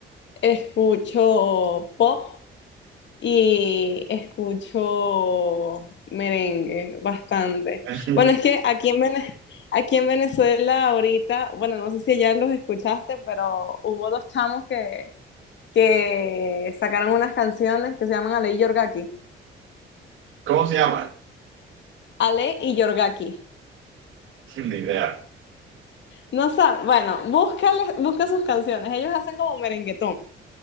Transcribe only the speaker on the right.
<laughs>
¿Cómo se llaman?
Ni idea.